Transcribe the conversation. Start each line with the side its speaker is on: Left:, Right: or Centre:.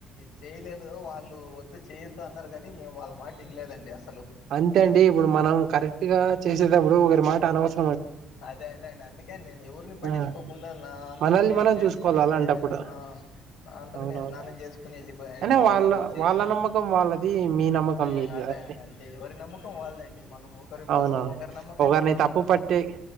Left: చేయలేదు వాళ్ళు వద్దు చేయొద్దు అన్నారు గన్ మేము వాళ్ళ మాటిన్లేదండి అస్
Right: అంతే అండి ఇప్పుడు మనం కరెక్ట్ గా చేసేటప్పుడు ఒకరి మాటనవస్
Left: అదే అదండి అందుకని నేను ఎవరిని పటించుకోకుండా
Right: ఆ
Left: నా అంతట
Right: మనల్ని
Left: నేను
Right: మనం
Left: చేసుకోని
Right: చూసుకోవాలి అలాంటప్పుడు
Left: నేను ఆ అంతట
Right: అవునవునండి
Left: నేను స్నానం చేసుకుని వెళ్ళిపోయానండి
Right: అయినా
Left: వాళ్ళు
Right: వాళ్ళ
Left: చేసిన
Right: వాళ్ళ నమ్మకం వాళ్ళది మీ నమ్మకం
Left: హు
Right: మీది
Left: అదే
Right: కదండి
Left: అండి అద్ అ ఎవరి నమ్మకం వాళ్ళదండి మనం ఒకరి కోసం
Right: అవునవును
Left: ఒకరి నమ్మకాన్ని
Right: ఒకరిని
Left: మనం
Right: తప్పు
Left: నమ్మ
Right: పట్టే